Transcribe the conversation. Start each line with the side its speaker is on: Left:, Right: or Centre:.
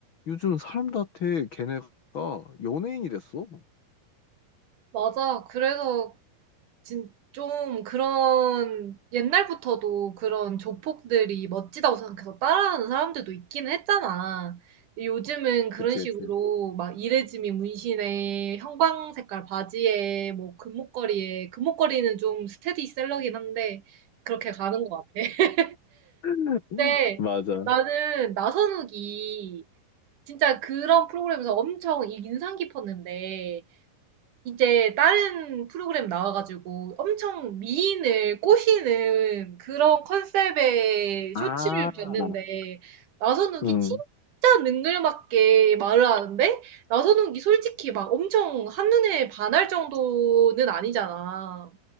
Left: 요즘 사람들한테 걔네가 연예인이 됐어.
Right: 맞아. 그래서 진 좀 그런 옛날부터도 그런 조폭들이 멋지다고 생각해서 따라하는 사람들도 있기는 했잖아. 근데 요즘은 그런
Left: 그치,
Right: 식으로
Left: 그치.
Right: 막 이레즈미 문신에 형광 색깔 바지에 뭐 금목걸이에 금목걸이는 좀 스테디셀러긴 한데 그렇게 가는 것 같아. <laughs>
Left: <laughs>
Right: 근데
Left: 맞아.
Right: 나는 나선욱이 진짜 그런 프로그램에서 엄청 인상 깊었는데 이제 다른 프로그램 나와 가지고 엄청 미인을 꼬시는 그런 컨셉의
Left: 아,
Right: 쇼츠를 봤는데 나선욱이
Left: 음,
Right: 진짜 능글맞게 말을 하는데 나선욱이 솔직히 막 엄청 한눈에 반할 정도는 아니잖아.